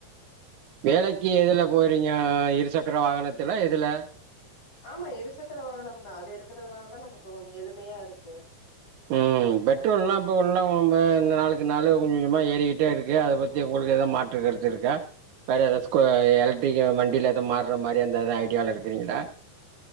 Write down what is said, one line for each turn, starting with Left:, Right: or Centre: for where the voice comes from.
Right: வேலைக்கு எதுல போறீங்க இருசக்கர வாகனத்திலா எதுல
Left: ஆமா இருசக்கர வாகனம் தா அதெடு இருக்கிறதுனால தா நமக்கு கொஞ்சு எளிமையா இருக்கு
Right: உம் பெட்ரோல் எல்லா இப்பல்லா இந்த நாளுக்கு நாள் கொஞ்சு கொஞ்சமா ஏறிக்கிட்டே இருக்கு அதை பத்தி உங்களுக்கு ஏதாது மாற்றுக்கருத்து இருக்கா வேற ஏதாவது ஸ்கு எலக்ட்ரிக் வண்டியில எதாது மாற மாரி அந்த எதாது ஐடியால இருக்குறீங்களா